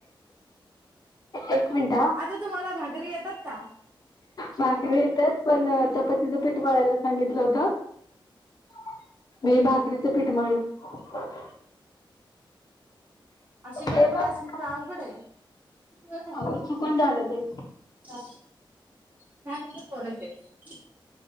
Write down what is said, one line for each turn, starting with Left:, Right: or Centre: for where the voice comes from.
Left: एक मिनटा
Right: आता तुम्हाला भाघरी येतात का?
Left: भाकरी येतात पण चपातीचं पीठ मारायला सांगितलं होत <inaudible> मी भाकरीचं पीठ म्हळलं, <inaudible>
Right: अशी गडबड
Left: हे मग
Right: असली तर अवघड आहे.
Left: अहो चुकून
Right: <unintelligible>
Left: झालं ते.
Right: <unintelligible>